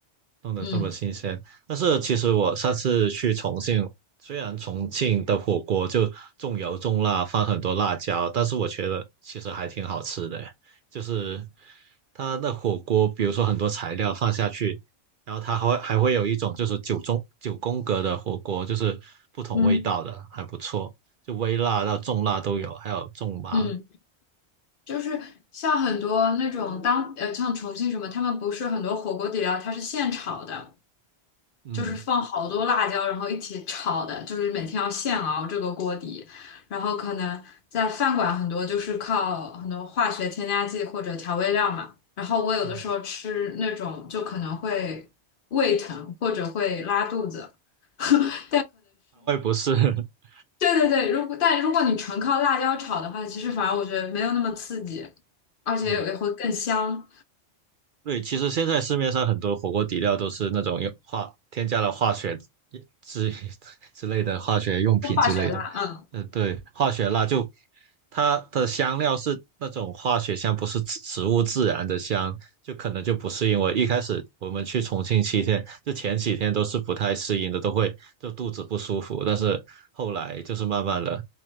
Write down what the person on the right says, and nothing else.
弄得这么新鲜。
但是其实我上次去重庆，虽然重庆的火锅就重油重辣，放很多辣椒，但是我觉得其实还挺好吃的。就是它的火锅，比如说很多材料放下去，然后它还会还会有一种就是九中九宫格的火锅，就是不同味道的，
还不错，就微辣到重辣都有，还有重麻。
嗯
嗯，
<laughs>
嗯，对，其实现在市面上很多火锅底料都是那种用化添加了化学之 <laughs> 之类的化学用品之类的，
嗯，对，化学辣就它的香料是那种化学香，不是植植物自然的香，就可能就不适应。我一开始我们去重庆七天，就前几天都是不太适应的，都会就肚子不舒服，但是后来就是慢慢的